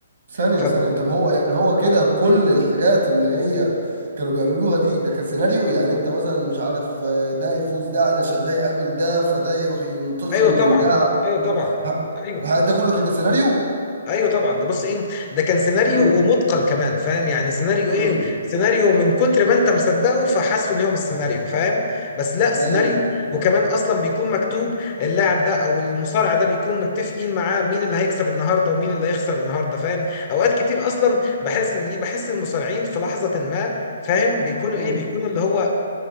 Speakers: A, on the right; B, on the left.
A: ثانية
B: ف...
A: ثانية طب هو يعني هو كده كل الحاجات اللي هي كانوا بيعملوها دي ده كان سيناريو يعني انت مثلا مش عارف آه، ده يفوز ده علشان ده يقابل ده فده يروح ينتقم
B: ايوه
A: من
B: طبعا
A: ده على
B: ايوه
A: ده
B: طبعا
A: ه-
B: ايوه
A: الحاجات ده كله كان سيناريو
B: ايوه طبعا ده بص ايه ده كان سيناريو
A: امم
B: ومتقن كمان فاهم يعني سيناريو
A: امم
B: ايه سيناريو من كتر ما انت مصدقه فحاسه ان هو مش سيناريو فاهم بس لا سيناريو
A: ايوه
B: وكمان اصلا بيكون مكتوب اللاعب ده او المصارع ده بيكون متفقين معاه مين اللي هيكسب النهارده ومين اللي هيخسر النهارده فاهم اوقات كتير اصلا بحس ان ايه بحس المصارعين في لحظة ما فاهم بيكونوا
A: امم
B: ايه بيكونوا اللي هو